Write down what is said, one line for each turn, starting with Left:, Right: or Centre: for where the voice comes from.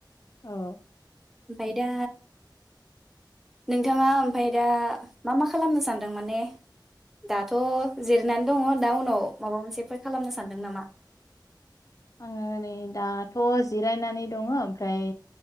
Left: औ।
Centre: ओमफाय दा नोंथाङा ओमफाय दा मा मा खालामनो सानदों माने दाथ जिरनानै दङ दा उनाव माबा मोनसेफोर खालामनो सानदों नामा?
Left: आंङो नै दाथ जिरायनानै दङ ओमफ्राय